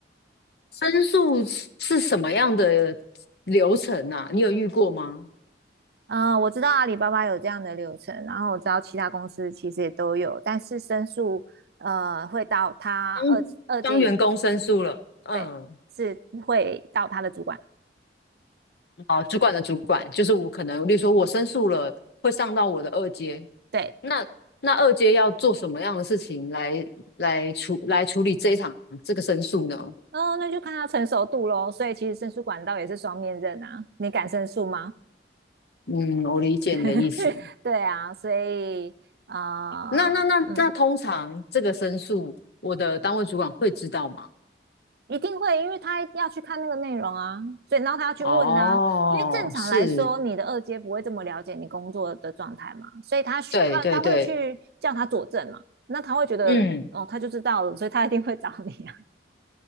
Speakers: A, on the left; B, on the right.
A: 申诉是是什么样的流程啊？你有遇过吗？
B: 嗯，我知道阿里巴巴有这样的流程，然后我知道其他公司其实也都有，但是申诉呃会到他二二阶
A: 当当员工申诉了，嗯，
B: 对，是会到他的主管，
A: 哦，主管的主管，就是我可能，例如说我申诉了，会上到我的二阶，
B: 对，
A: 那那二阶要做什么样的事情来来处来处理这一场这个申诉呢？
B: 哦，那就看他成熟度喽。所以其实申诉管道也是双面刃啊，你敢申诉吗？
A: 嗯，我理解你的意思。
B: <laughs> 对啊，所以啊、
A: 那那那那通常这个申诉，
B: 呃嗯，
A: 我的单位主管会知道吗？
B: 一定会，因为他要去看那个内容啊，所以然后他要去问啊，
A: 哦，
B: 因为正常来说，
A: 是，
B: 你的二阶不会这么了解你工作的状态嘛，所以他需他他会去叫他佐证嘛，
A: 对对对，
B: 那他会觉得哦，
A: 嗯，
B: 他就知道了，所以他一定会找你啊，